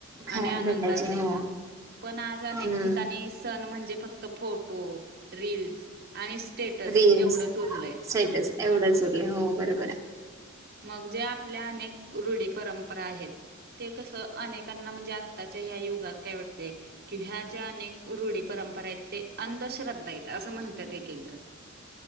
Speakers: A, on the right; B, on the right.
A: खायला
B: आणि आनंद
A: भेटायचे
B: असायचा.
A: हो
B: पण आज अनेक
A: हम्म
B: ठिकाणी सण म्हणजे फक्त फोटो, रिल्स आणि स्टेटस
A: रील्स
B: एवढंच उरलंय.
A: स्टेटस एवढंच उरले हो बरोबर आहे
B: मग जे आपल्या अनेक रूढी परम परा ते कस अनेकांना म्हणजे आताच्या ह्या युगात काय वाटतेयं किं ह्या ज्या अनेक रूढी परंपरा आहेत ते अंधश्रद्धा आहेत असं म्हणत त्यात एक एक जण.